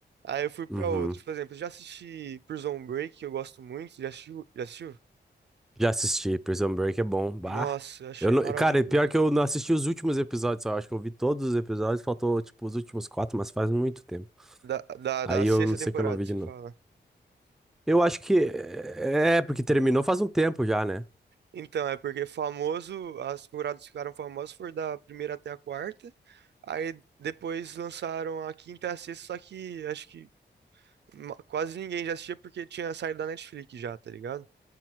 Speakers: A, on the right (about 70°); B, in the centre.
A: Aí eu fui pra
B: Uhum.
A: outros. Por exemplo, eu já assisti Prison Break, que eu gosto muito. Já assistiu? Já assistiu?
B: Já assisti, Prison Break é bom. Bah.
A: Nossa, eu achei
B: Eu não...
A: maravilhoso.
B: Cara, e pior que eu não assisti os últimos episódios, só. eu acho que eu vi todos os episódios, faltou tipo os últimos quatro, mas faz muito tempo.
A: Da, da,
B: Aí
A: da sexta
B: eu não sei
A: temporada,
B: que eu não vi
A: você
B: de novo.
A: fala.
B: Eu acho que é, é, porque terminou faz um tempo já, né?
A: Então, é porque famoso, as temporadas ficaram famosas foram da primeira até a quarta. Aí depois lançaram a quinta e a sexta, só que acho que ma- quase ninguém já assistia porque tinha saído da Netflix já, tá ligado?